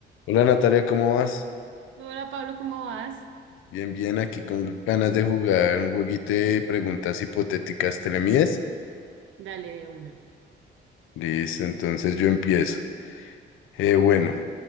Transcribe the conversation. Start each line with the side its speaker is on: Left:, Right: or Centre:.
Left: Hola Natalia, ¿cómo vas?
Right: Hola Pablo, ¿cómo vas?
Left: Bien, bien, aquí con ganas de jugar un jueguito de preguntas hipotéticas. ¿Te le mides?
Right: Dale de una.
Left: Listo, entonces yo empiezo. Eh, bueno,